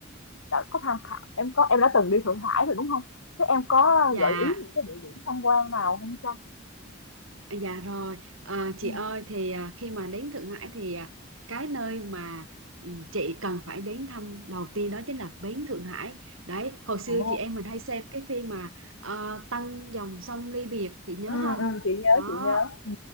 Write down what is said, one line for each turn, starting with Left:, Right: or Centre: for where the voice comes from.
Left: đã có tham khảo, em có em đã từng đi Thượng Hải rồi đúng không? Thế em có
Right: dạ
Left: gợi ý những cái địa điểm tham quan nào không Trang?
Right: À, Dạ rồi, à, chị
Left: Ừ.
Right: ơi thì à, khi mà đến Thượng Hải thì à, cái nơi mà ừ, chị cần phải đến thăm đầu tiên đó chính là bến Thượng Hải. Đấy, hồi xưa
Left: Ồ.
Right: chị em mình hay xem cái phim mà ờ, Tăng dòng sông ly biệt, chị nhớ
Left: Ừ,
Right: không?
Left: ừ, chị nhớ
Right: Đó,
Left: chị nhớ ừ.